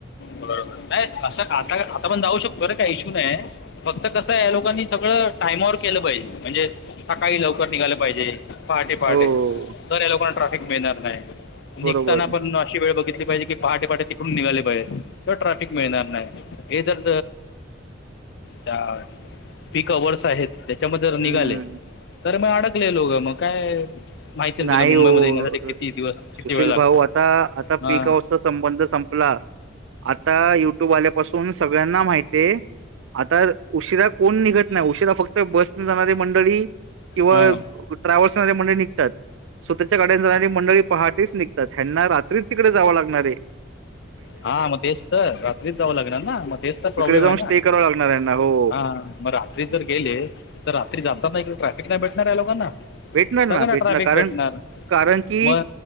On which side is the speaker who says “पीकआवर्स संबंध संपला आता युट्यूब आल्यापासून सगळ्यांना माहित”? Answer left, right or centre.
Right